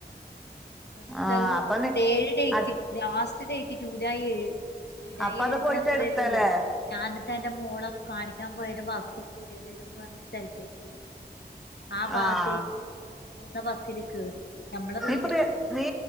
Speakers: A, on the left; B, in the centre.
A: എന്നിട്ടഹ്
B: ആഹ്
A: <unintelligible>
B: അപ്പൊ നീ
A: ഡേറ്റ്
B: അ
A: ലാസ്റ്റ് ഡേറ്റ് ജൂലായ് ഏഴ് ജൂലൈ
B: അപ്പ
A: ഏഴിന്
B: അത് പോയിട്ട്
A: അത്രല്ലേള്ളൂ
B: എട്ത്തല്ലേ
A: ഞാൻ ഇന്ന്ട്ടെന്റെ മോളെ കാണിക്കാൻ പോയേരം ബസ്സ് പുതിയതെരുവ് പർഞ്ഞ സ്ഥലത്തേക്ക്യേള്ളു ആ ഭാത്തേക്ക്
B: ആഹ്
A: പോവുന്ന ബസ്സില് കേറി ഞമ്മളെ റൂ
B: <unintelligible> നീ